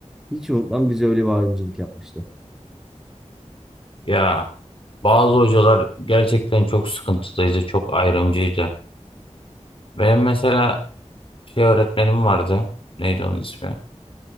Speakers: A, in the centre; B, on the left.
A: Hiç unutmam bize öyle bir ayrımcılık yapmıştı.
B: Ya bazı hocalar gerçekten çok sıkıntılıydı, çok ayrımcıydı. Benim mesela Şey öğretmenim vardı. Neydi onun ismi?